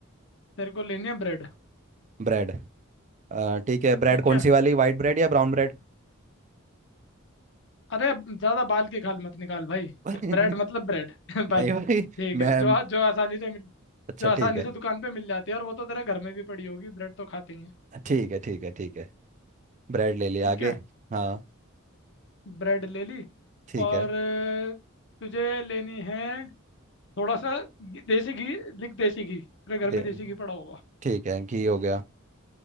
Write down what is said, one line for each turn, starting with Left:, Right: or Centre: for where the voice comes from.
Left: तेरे को लेनी है ब्रेड
Right: ब्रेड अ, ठीक है ब्रेड
Left: ठीक
Right: कौन
Left: है
Right: सी वाली वाइट ब्रेड या ब्राउन ब्रेड
Left: अरे ज्यादा बाल की खाल मत निकाल भाई
Right: <laughs> नहीं
Left: ब्रेड मतलब ब्रेड <laughs> बस
Right: भाई
Left: ठीक
Right: मैं
Left: है जो आ- जो आसानी से मिल
Right: अच्छा
Left: जो आसानी
Right: ठीक है
Left: से दुकान पे मिल जाती है और वो तो तेरे घर में भी पड़ी होगी ब्रेड तो खाते ही हैं
Right: ठीक है ठीक है ठीक है ब्रेड ले लिया
Left: ठीक
Right: आगे
Left: है
Right: हाँ
Left: ब्रेड ले ली
Right: ठीक
Left: और
Right: है
Left: अ, तुझे लेनी है थोड़ा सा घी- देसी घी लिख देसी घी तेरे घर
Right: दे
Left: में देसी घी पड़ा होगा
Right: ठीक है घी हो गया